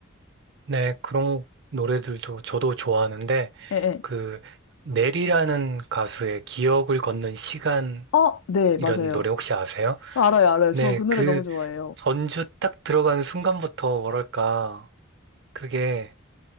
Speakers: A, on the right (about 60°); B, on the left (about 75°).
A: 네, 그런 노래들도 저도 좋아하는데,
B: 예, 예.
A: 그 넬이라는 가수의 기억을 걷는 시간이라는
B: 어, 네, 맞아요.
A: 노래 혹시 아세요?
B: 아, 알아요, 알아요.
A: 네,
B: 저 그 노래
A: 그
B: 너무 좋아해요.
A: 전주 딱 들어가는 순간부터 뭐랄까 그게